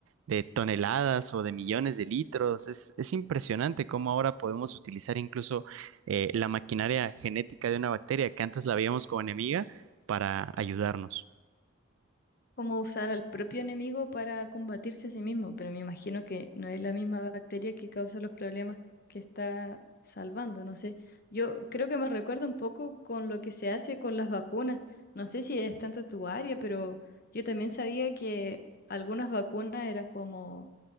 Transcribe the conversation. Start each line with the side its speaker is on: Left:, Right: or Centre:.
Right: de toneladas o de millones de litros. Es, es impresionante cómo ahora podemos utilizar incluso eh, la maquinaria genética de una bacteria que antes la veíamos como enemiga para ayudarnos.
Left: cómo usar al propio enemigo para combatirse a sí mismo, pero me imagino que no es la misma bacteria que causa los problemas que está salvando, no sé. Yo creo que me recuerda un poco con lo que se hace con las vacunas. No sé si es tanto tu área, pero yo también sabía que algunas vacunas eran como